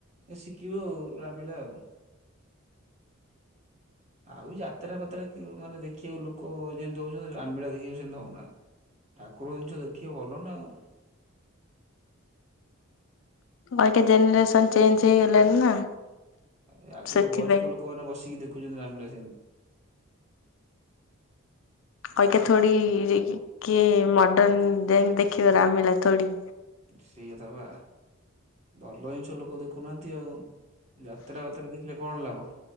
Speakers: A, on the right; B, on the left.
A: ଶିଖିବୁ। ହବ। ଆଉ ଯାତ୍ରା ଫାତ୍ରା ଯୋଉ ମାନେ ଦେଖିଆକୁ ଲୋକ ଯେମତି ହଉଛନ୍ତି ରାମଲିଳା ଦେଖିବାକୁ ସେମତି ହଉନାହାନ୍ତି। ଠାକୁର ଜିନଷ ଦେଖିବେ ଭଲ ନା ଆଉ।
B: ଅଇକା ଜେନେରେସନ ଚେଞ୍ଜ ହେଇଗଲାଣି ନା।
A: ଏ ଆଗୁରୁ
B: ସେଥିପାଇଁ
A: ବୟସ୍କ ଲୋକମାନେ ବସିକି ଦେଖୁ ଦେଖୁଛନ୍ତି ରାମଲୀଳା ସେମତି।
B: ଅଇକା ଥୋଡି <unintelligible> କିଏ ମଡର୍ନ ଦେଇ ଦେଖିବ ରାମଲୀଳା ଥୋଡି।
A: ସେଇ କଥା ବା ଭଲ ଜିନଷ ଲୋକ ଦେଖୁନାହାନ୍ତି ଆଉ। ଯାତ୍ରା ବାତ୍ରା ଦେଖିଲେ କଣ ଲାଭ